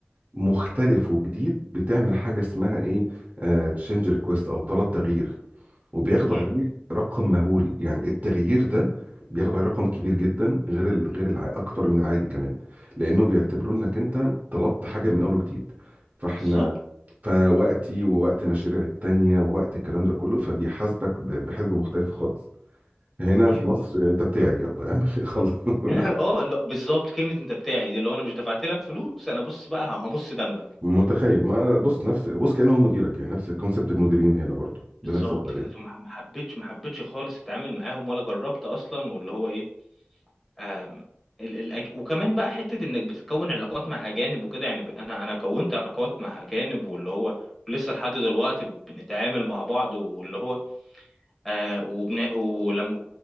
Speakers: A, on the right; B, in the centre.
A: مختلف وجديد بتعمل حاجه اسمها ايه تشينج ريكويست او طلب تغيير وبياخدوا
B: امم
A: عليه رقم مهول يعني التغيير ده بياخدوا عليه رقم كبير جدا غير ال... غير الع... اكتر من العادي كمان لانه بيعتبروا انك انت طلبت حاجه من اول وجديد فاحنا
B: بالظبط
A: فوقتي ووقت مشاريع التانية ووقت الكلام ده كله فبيحاسبك ب... بحسبة مختلفة خالص هنا
B: ايوه
A: في مصر انت بتاعي يلا اعمل إيه، خلص
B: <laughs>
A: <laughs>
B: اه لا بالظبط كلمة انت بتاعي دي اللي هو انا مش دفعت لك فلوس انا بص بقى همص دمك
A: متخيل ما بص نفس بص كأنه هو مديرك يعني نفس كونسبت المديرين هنا برضو بنفس
B: بالظبط
A: الطريقة
B: كده فما ما حبيتش ما حبيتش خالص اتعامل معاهم ولا جربت اصلا واللي هو ايه آم، ال- الأج... وكمان بقى حتة انك بتتكون علاقات مع اجانب وكده يعني ب... انا انا كونت علاقات مع اجانب واللي هو ولسه لحد دلوقتي بنتعامل مع بعض واللي هو آه وبن... ولم...